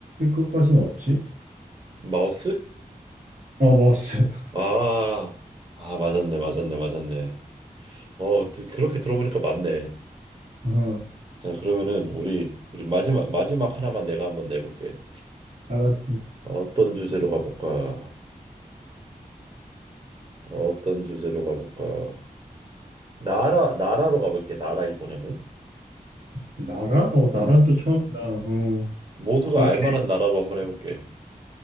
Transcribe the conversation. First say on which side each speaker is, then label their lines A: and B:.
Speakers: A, on the right; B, on the right.
A: 것까지는 없지.
B: 마우스?
A: 아 마우스. <laughs>
B: 아, 아, 맞았네, 맞았네, 맞았네. 어, 드- 그렇게 들어보니까 맞네.
A: 어
B: 자, 그러면은 우리 우리 마지막 마지막 하나만 내가 한번 내볼게.
A: 알았어.
B: 어떤 주제로 가볼까? 어떤 주제로 가볼까? 나라 나라로 가볼게. 나라 이번에는.
A: 나라? 어 나란
B: 음,
A: 또 처음이다. 어
B: 모두가
A: 오케이
B: 알 만한 나라로 한번 해볼게.